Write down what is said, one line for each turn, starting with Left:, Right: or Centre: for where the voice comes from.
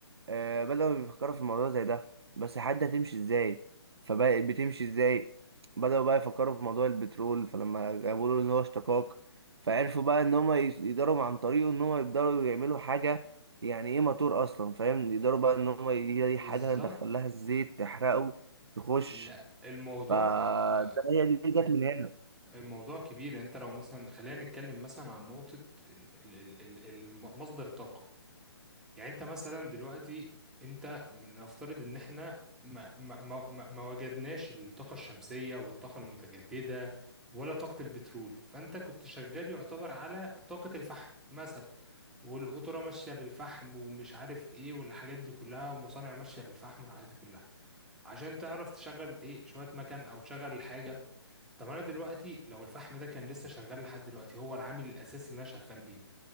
Right: آه، بدأوا يفكروا في الموضوع زي ده بس حد هتمشي ازاي فبقت بتمشي ازاي بدأوا بقى يفكروا في موضوع البترول فلما جابوا له ان هو اشتقاق فعرفوا بقى ان هم يس- يقدروا عن طريقه ان هم يقدروا يعملوا حاجة يعني ايه موتور اصلا فاهم يقدروا بقى ان هم ي- هي دي
Centre: بالظبط
Right: حاجة ندخلها الزيت تحرقه يخش
Centre: لا الموضوع
Right: فده
Centre: آه،
Right: هي دي جت من هنا
Centre: الموضوع كبير يعني انت لو مثلا خلينا نتكلم مثلا عن نقطة ال- ال- ال- ال- الم- مصدر الطاقة يعني انت مثلا دلوقتي انت نفترض ان احنا ما ما ما ما ما وجدناش الطاقة الشمسية والطاقة المتجددة ولا طاقة البترول فانت كنت شغال يعتبر على طاقة الفحم مثلا والقطورة ماشية بالفحم ومش عارف ايه والحاجات دي كلها ومصانع ماشية بالفحم والحاجات دي كلها عشان تعرف تشغل ايه شوية مكن او تشغل الحاجة طب انا دلوقتي لو الفحم ده كان لسه شغال لحد دلوقتي هو العامل الاساسي اللي انا شغال بيه